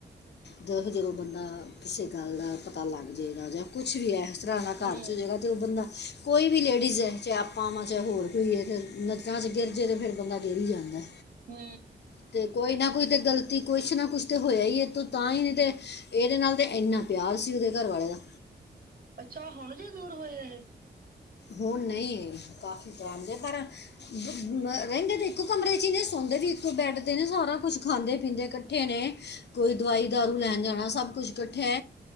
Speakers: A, on the left (about 70°); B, on the right (about 55°).
A: ਜਦੋਂ ਬੰਦਾ ਕਿਸੇ ਗੱਲ ਦਾ ਪਤਾ ਲੱਗ ਜਾਏਗਾ, ਜਾਂ ਕੁਛ ਵੀ ਹੈ ਚੜਾਣਾ,
B: ਹੂੰ
A: ਘਰ ਚ ਜਿਹੜਾ ਉਹ ਬੰਦਾ ਕੋਈ ਵੀ ਲੇਡੀਜ਼ ਐ ਚਾਹੇ ਆਪਾਂ ਵਾਂ ਚਾਹੇ ਹੋਰ ਕੋਈ ਐ ਨਜ਼ਰਾਂ ਚ ਗਿਰ ਜੇ ਤੇ ਫਿਰ ਬੰਦਾ ਦੇ ਹੀ ਜਾਂਦਾ।
B: ਹੂੰ,
A: ਤੇ ਕੋਈ ਨਾ ਕੋਈ ਤਾਂ ਗ਼ਲਤੀ ਕੁਛ ਨਾ ਕੁਛ ਤੇ ਹੋਇਆ ਹੀ ਇਹ ਤਾਂ ਹੀ ਨੀ ਤੇ ਇਹਦੇ ਨਾਲ ਤੇ ਇੰਨਾ ਪਿਆਰ ਸੀ ਉਹਦੇ ਘਰਵਾਲੇ ਦਾ।
B: ਅੱਛਾ ਹੁਣ ਜੇ ਦੂਰ ਹੋਏ ਆ ਇਹ।
A: ਹੁਣ ਨਹੀਂ ਕਾਫੀ ਟਾਈਮ ਦੇ ਪਰ ਰਹਿੰਦੇ ਤੇ ਇੱਕ ਕਮਰੇ ਚ ਨੇ ਸੌਦੇ ਵੀ ਇੱਕ ਬੈਡ ਤੇ ਨੇ ਸਾਰਾ ਕੁਛ ਖਾਂਦੇ ਪੀਂਦੇ ਇਕੱਠੇ ਨੇ ਕੋਈ ਦਵਾਈ ਦਾਰੂ ਲੈਣ ਜਾਣਾ ਸਭ ਕੁਛ ਇਕੱਠਾ